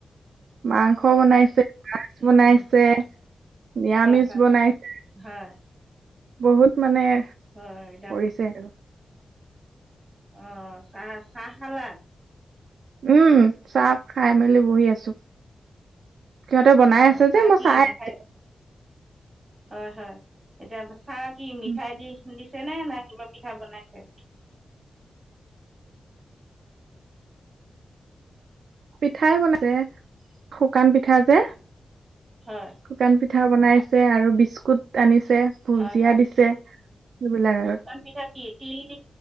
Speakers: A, on the right; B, on the right.
A: মাংস বনাইছে, মাছ
B: এতিয়া
A: বনাইছে।
B: উম,
A: নিৰামিষ
B: হয় হয়
A: বনাইছে।
B: হয়
A: বহুত মানে।
B: হয়।
A: কৰিছে আৰু
B: আহ চাহ চাহ খালা?
A: উম চাপ খাই মেলি বহি আছো। সিহঁতে বনাই
B: অঁ
A: আছে
B: চাহ
A: যে মই
B: কি
A: চাই
B: মিঠাই
A: আছো।
B: হয় হয় এতিয়া চাহ কি
A: আছো।
B: মিঠাই দি দি চনে নাই কিবা পিঠা বনাইছে
A: পিঠাই বনাইছে শুকান পিঠা যে
B: হয়
A: শুকান পিঠা পিঠা বনাইছে আৰু বিস্কুট আনিছে ভুজিয়া
B: হয় হয়
A: দিছে সেইবিলাক আৰুত
B: শুকান পিঠা কি তিল দি